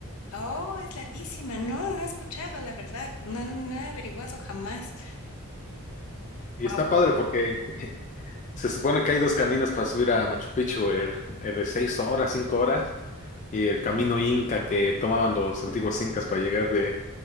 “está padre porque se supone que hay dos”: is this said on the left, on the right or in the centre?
Left